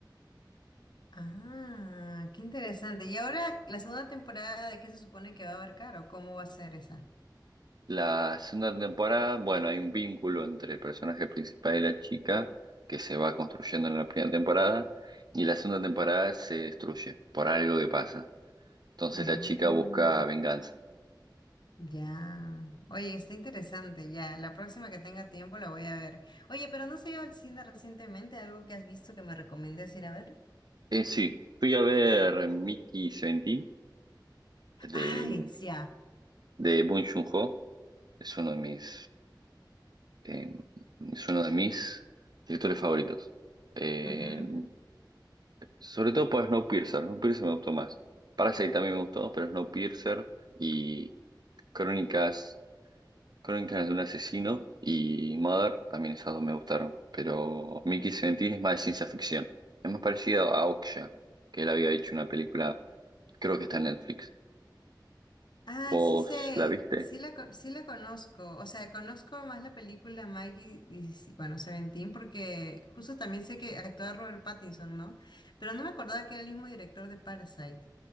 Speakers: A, on the left (about 65°); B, on the right (about 60°).
A: Ah, qué interesante. Y ahora, la segunda temporada, ¿de qué se supone que va a abarcar o cómo va a ser esa?
B: La segunda temporada, bueno, hay un vínculo entre el personaje principal y la chica que se va construyendo en la primera temporada y la segunda temporada se destruye por algo que pasa. Entonces
A: Mm,
B: la chica busca venganza.
A: ya. Oye, está interesante, ya. La próxima que tenga tiempo la voy a ver. Oye, pero ¿no se ido al cine recientemente? ¿Algo que has visto que me recomiendes ir a ver?
B: En sí, fui a ver Mickey 17 de,
A: Ay, sí.
B: de Bong Joon-ho. Es uno de mis, eh, es uno de mis directores favoritos. Eh,
A: ya.
B: sobre todo por Snowpiercer. Snowpiercer me gustó más. Parasite también me gustó, pero Snowpiercer y Crónicas, Crónicas de un asesino y Mother, también esas dos me gustaron, pero Mickey Seventeen es más de ciencia ficción. Es más parecido a Okja, que él había hecho una película, creo que está en Netflix.
A: Ah,
B: ¿Vos
A: sí sé,
B: la viste?
A: sí la, con- sí la conozco. O sea, conozco más la película Maggie, y, sí, bueno, Seventeen, porque justo también sé que actúa Robert Pattinson, ¿no? Pero no me acordaba que era el mismo director de Parasite.